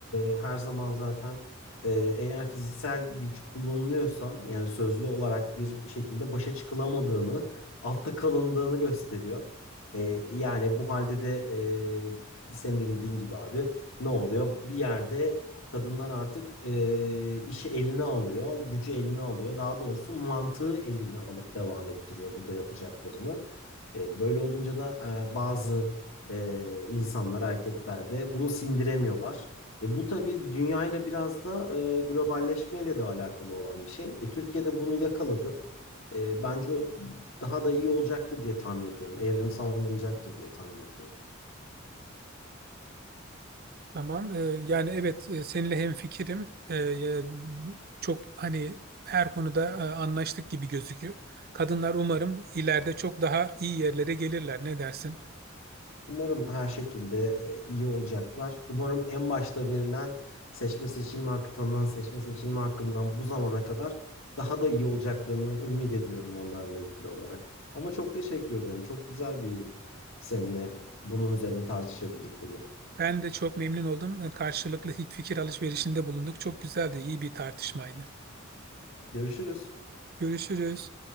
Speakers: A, on the left (about 75°); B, on the right (about 50°).
A: e, her zaman zaten e, eğer fiziksel güç kullanılıyorsa yani sözlü olarak bir şekilde başa çıkılamadığını, altta kalındığını gösteriyor. E, yani bu halde de e, senin de dediğin gibi abi ne oluyor? Bir yerde kadınlar artık e, işi eline alıyor, gücü eline alıyor. Daha doğrusu mantığı eline alıp devam ettiriyor burada yapacaklarını. E, böyle olunca da e, bazı e, insanlar erkeklerde bunu sindiremiyorlar. E bu tabii dünyayla biraz da e, globalleşmeyle de alakalı olan bir şey. E, Türkiye'de bunu yakaladı. E, bence o daha da iyi olacaktır diye tahmin ediyorum. Evrimsel alınacaktır diye tahmin ediyorum.
B: Tamam. Ee, yani evet e, seninle hemfikirim. Ee, e, çok hani her konuda e, anlaştık gibi gözüküyor. Kadınlar umarım ileride çok daha iyi yerlere gelirler. Ne dersin?
A: Umarım her şekilde e, iyi olacaklar. Umarım en başta verilen seçme seçilme hakkından, seçme seçilme hakkından bu zamana kadar daha da iyi olacaklarını ümit ediyorum onlarla ilgili olarak. Ama çok teşekkür ederim. Çok güzel bir seninle bunun üzerine tartışabildik bugün.
B: Ben de çok memnun oldum. Ee, Karşılıklı fikir alışverişinde bulunduk. Çok güzeldi, iyi bir tartışmaydı.
A: Görüşürüz.
B: Görüşürüz.